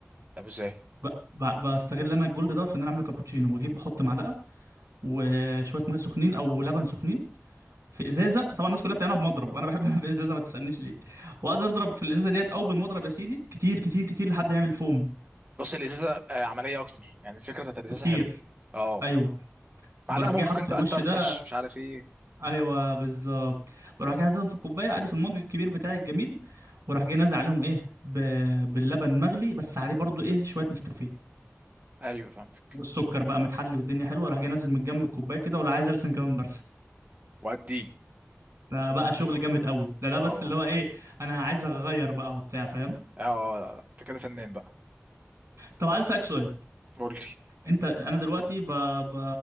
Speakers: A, on the right; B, on the right.
A: طب إزاي
B: ب... ب... بستغل انا الجولد دوت في ان انا اعمله كابتشينو بجيب بحط معلقه وشويه ميه سخنين او لبن سخنين في ازازه طبعا الناس كلها بتعملها بمضرب انا بحب انا في ازازه ما تسالنيش ليه واقعد اضرب في الازازه ديت او بالمضرب يا سيدي كتير كتير كتير لحد ما يعمل فوم
A: بص الإزازة آه، عملية أكتر يعني الفكرة بتاعت الإزازة
B: بكتير
A: حلوة اه
B: ايوه وبروح
A: معلقة
B: جاي
A: ممكن
B: حاطط الوش
A: بقى تطرطش
B: ده
A: مش عارف إيه
B: ايوه بالظبط بروح جاي حاططهم في الكوبايه عادي في المج الكبير بتاعي الجميل وراح جاي نازل عليهم ايه ب... باللبن مغلي بس عليه برضو ايه شويه نسكافيه
A: ايوه فهمتك
B: والسكر بقى متحلي والدنيا حلوه راح جاي نازل من جنب الكوبايه كده ولا عايز ارسم كمان برسم
A: وادي
B: ده بقى شغل جامد قوي ده ده
A: اه
B: بس اللي هو ايه انا عايز اغير بقى وبتاع فاهم
A: اه لا، لا، انت كده فنان بقى
B: طب عايز اسالك سؤال
A: قولي
B: انت انا دلوقتي ب... ب...